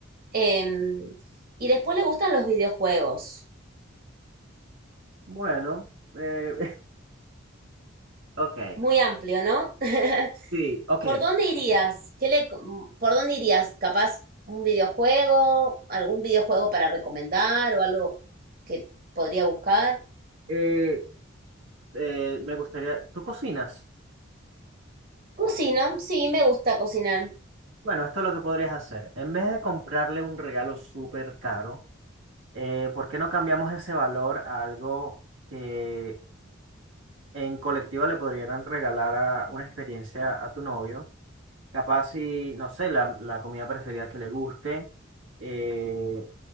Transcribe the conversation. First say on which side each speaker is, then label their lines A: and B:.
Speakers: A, on the right; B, on the right.
A: Em, y después le gustan los videojuegos.
B: Bueno, eh, <laughs> ok.
A: Muy amplio, ¿no? <laughs>
B: Sí, ok.
A: ¿Por dónde irías? ¿Qué le, ¿Por dónde irías? ¿Capaz un videojuego? ¿Algún videojuego para recomendar o algo que podría buscar?
B: eh, eh, me gustaría, ¿tú cocinas?
A: Cocino, sí, me gusta cocinar.
B: Bueno, esto es lo que podrías hacer. En vez de comprarle un regalo súper caro, eh, ¿por qué no cambiamos ese valor a algo que en colectiva le podrían regalar a- una experiencia a tu novio? Capaz si, no sé, la, la comida preferida que le guste, eh,